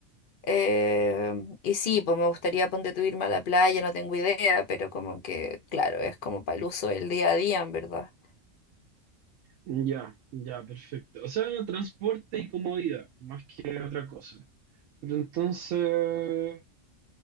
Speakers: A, on the left; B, on the right.
A: eh, y sí, pues me gustaría ponte tú irme a la playa, no tengo idea, pero como que, claro, es como para el uso del día a día, en verdad.
B: Ya, ya, perfecto. O sea, transporte y comodidad, más que otra cosa. Pero entonces,